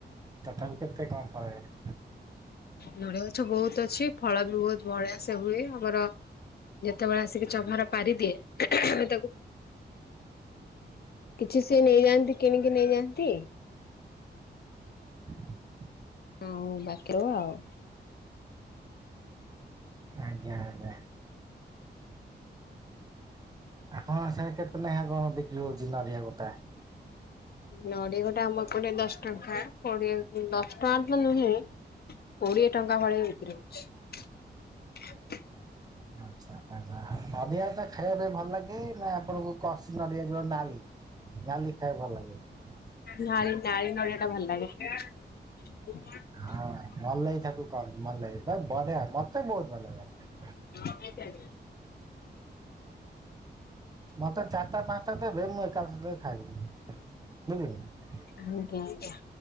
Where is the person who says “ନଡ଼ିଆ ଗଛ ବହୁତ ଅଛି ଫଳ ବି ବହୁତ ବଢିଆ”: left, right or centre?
Left